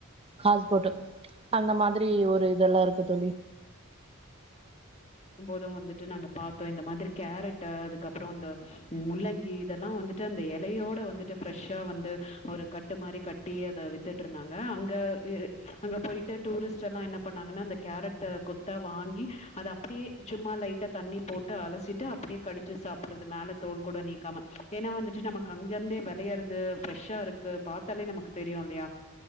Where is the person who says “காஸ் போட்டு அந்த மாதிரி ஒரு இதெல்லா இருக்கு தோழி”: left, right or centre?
Right